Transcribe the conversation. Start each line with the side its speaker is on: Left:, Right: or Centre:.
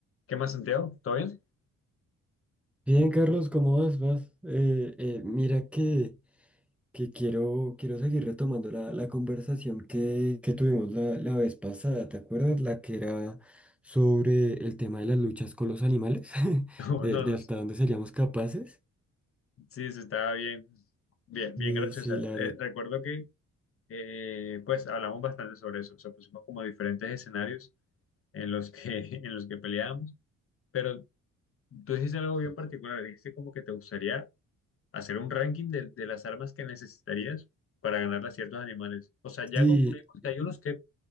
Left: ¿Qué más, Santiago? ¿Todo bien? <laughs>
Centre: Bien, Carlos, ¿cómo vas? ¿Vas? Eh, eh, mira que, que quiero, quiero seguir retomando la, la conversación que, que tuvimos la, la vez pasada, ¿te acuerdas? La que era sobre el tema de las luchas con los animales, <laughs>
Left: No,
Centre: de,
Left: no,
Centre: de hasta
Left: sí,
Centre: dónde seríamos capaces.
Left: sí, estaba bien, bien, bien
Centre: Y
Left: graciosa.
Centre: sí, la verdad,
Left: Eh, recuerdo que, eh, pues, hablamos bastante sobre eso. O sea, pusimos como diferentes escenarios en los que, <laughs> en los que peleábamos. Pero tú dijiste algo bien particular. Dijiste como que te gustaría hacer un ranking de, de las armas que necesitarías para ganarle a ciertos animales. O sea, ya
Centre: sí,
Left: concluimos que hay unos que